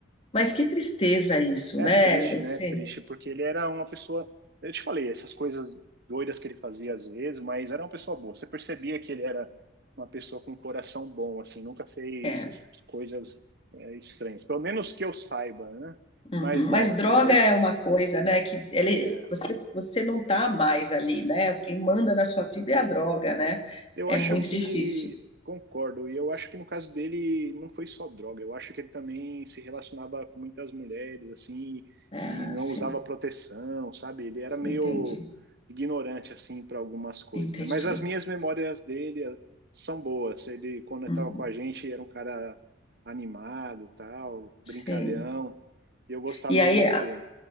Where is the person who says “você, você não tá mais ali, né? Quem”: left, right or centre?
Left